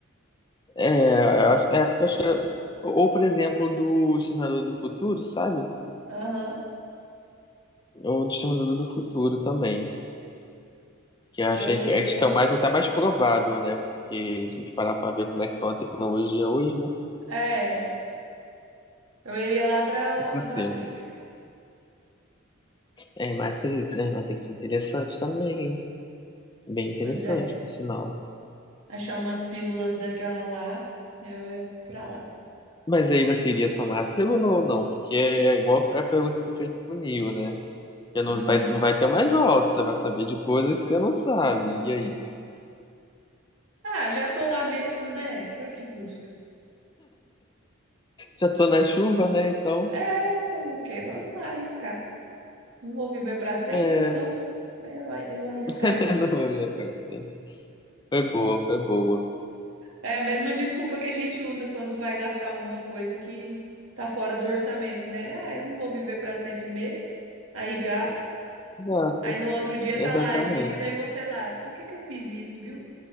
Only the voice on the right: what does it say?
Aham.
Eu
iria.
É, eu iria lá pra,
pra Matrix.
Pois é.
Achar umas pílulas daquela lá, e aí eu ia pra lá.
Uhum.
Ah, já tô lá mesmo, né? Qual é que custa?
É, fazer o quê? Vamos lá arriscar. não vou viver para sempre,
então é, eu, eu arriscaria.
É a mesma desculpa que a gente usa quando vai gastar alguma coisa que tá fora do orçamento, né? Ah, eu não vou viver para sempre mesmo. Aí gasta.
Aí no outro dia
tá lá a dívida e você lá. Por que que eu fiz isso, viu?